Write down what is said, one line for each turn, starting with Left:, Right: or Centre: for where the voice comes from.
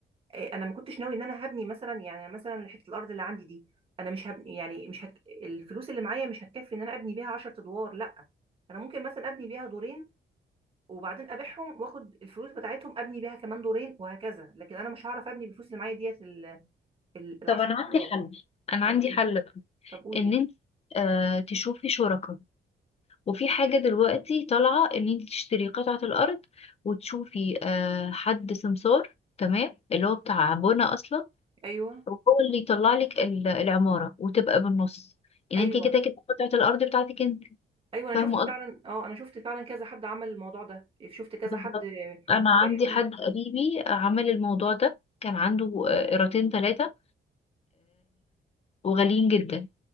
Right: إيه، انا ما كنتش ناوي ان انا هبني مثلا يعني مثلا حته الارض اللي عندي دي انا مش هبني يعني مش هت... الفلوس اللي معايا مش هتكفي ان انا ابني بيها 10 ادوار لا انا ممكن مثلا ابني بيها دورين وبعدين ابيعهم واخد الفلوس بتاعتهم ابني بيها كمان دورين وهكذا لكن انا مش هعرف ابني بالفلوس اللي معايا ديت ال... ال... العشر
Left: طب انا عندي
Right: ادوار
Left: حل انا
Right: طب
Left: عندي
Right: قول-
Left: حل بقى
Right: طب قولي
Left: ان
Right: يعني.
Left: انت آه، تشوفي شركاء وفي حاجه دلوقتي طالعه ان انت تشتري قطعه الارض وتشوفي آه، حد سمسار تمام اللي هو بتاع بنى اصلا
Right: ايوه
Left: وهو اللي يطلع لك ال- العمارة وتبقى بالنص يعني
Right: ايوه
Left: انت كده كده قطعة الأرض بتاعتك انت
Right: ايوه انا
Left: فاهمة
Right: شفت
Left: قصدي
Right: فعلا اه انا شفت فعلا كذا حد عمل الموضوع ده شفت كذا
Left: بالظبط
Right: حد آه،
Left: أنا عندي
Right: يبقى شريك
Left: حد قريبي عمل الموضوع ده كان عنده آه، قيراطين ثلاثة وغاليين جدا